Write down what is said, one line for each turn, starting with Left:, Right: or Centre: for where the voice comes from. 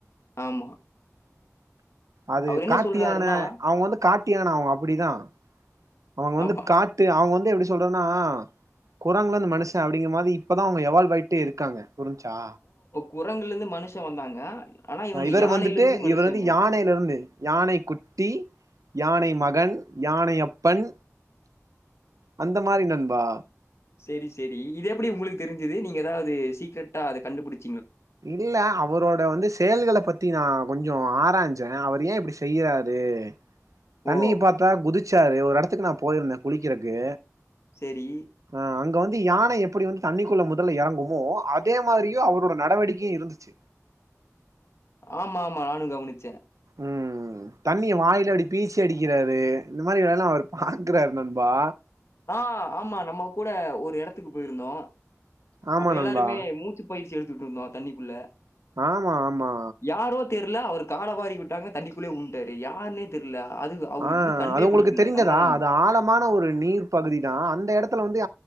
Left: ஆமா
Right: அது
Left: அவர் என்ன
Right: காட்டு
Left: சொல்றாருன்னா
Right: யான அவங்க வந்து காட் டு யான அவங்க அப்படிதா அவங்க வந்து
Left: ஆமா
Right: காட்டு அவங்க வந்து எப்படி சொல்றன்னா குரங்குலந்து மனுஷ அப்படிங்க மாதி இப்பதா அவங்க எவால்வ் ஆயிட்டே இருக்காங்க புரிஞ்ச்சா
Left: குரங்குலருந்து மனுஷ வந்தாங்க ஆனா இவங்க
Right: அ இவர்
Left: யானையில
Right: வந்துட்டு
Left: இருந்து மனுஷங்க
Right: இவர் வந்து யானையில இருந்து யானை குட்டி யானை மகன் யானை அப்பன் அந்த மாரி நண்பா
Left: செரி செரி இதெப்படி உங்களுக்கு தெரிஞ்சது நீங்க எதாவது து சீக்ரெட்டா அத கண்டுபுடித்
Right: இல்ல அவுரோட வந்து செயல்கள பத் த்தி நா கொஞ்சோ ஆராஞ்சே அவரு ஏன் இப்புடி செய்யறாரு தண்ணி
Left: ஓ
Right: பாத்தா குதிச் சரி ஒரு எடத்துக்கு நான் போயிருந்தேன் குளிக்கிறக்கு
Left: சரி
Right: ஆ அங்க வந் து யான எப்புடி வந்து தண்ணிக்குள்ள முதல்ல எறங்குமோ அதே மாரியும் அவரோட நடவடிக்கையும் இருந்துச்சு
Left: ஆமா ஆமா நானும் கவனிச்சே
Right: ம் தண்ணிய வாயில அப்டி பீச்சி அடிக்கிறாரு இந்த மாரி வேலல்லா அவரு பாக்குறாரு நண்பா
Left: ஆ ஆமா நம்ம கூட ஒரு எடத்துக்கு போயிருந்தோ
Right: ஆமா
Left: அப்ப எல்லாருமே
Right: நண்பா
Left: மூச்சுப் பயிற்சி எடுத்துட்ருந்தோ தண்ணிக்குள்ள
Right: ஆமா ஆமா
Left: யாரோ தெர்ல அவர காலவாரி வுட்டாங்க தண்ணிக்குள்ளேயே வுளுன்ட்டாரு யாருனே தெர்ல அது அவருக்கு
Right: ஆஹ்
Left: இன்னும் கண்டே
Right: அது உங்களுக்கு
Left: பிடிக்கல.
Right: தெரிந்ததா
Left: நம்ம தான்.
Right: அது ஆழமான ஒரு நீர் பகுதி தான் அந்த இடத்துல வந்து